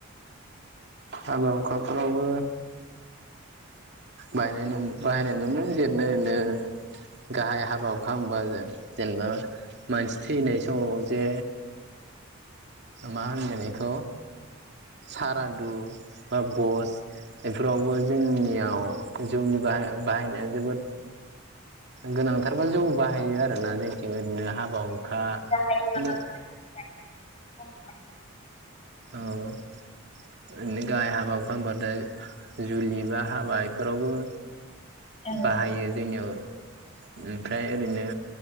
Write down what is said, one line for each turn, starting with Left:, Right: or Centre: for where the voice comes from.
Right: हाबा हुखाफोरावबो बायनाय बाहायनाय नुयो जिरैनो ओरैनो। गाहाय हाबा हुखा होमबा जे जेनेबा मानसि थैनाय समाव जे मा होनगोन इखौ सारादु बा बस बेफोरावबो जोंनियाव जौनि बाय बाहायनाया जोबोद गोनांथारबा जौ बाहायो आरोना जोंनिथिं ओरैनो हाबा हुखा बिदिनो
Left: गाहाय हाबा होननानै <unintelligible>
Right: औ। ओरैनो गाहाय हाबा हुखा होमबाथाया जुलि बा हाबा इफोरावबो
Left: आइडिया
Right: बाहायो जोंनियाव। ओमफ्राय ओरैनो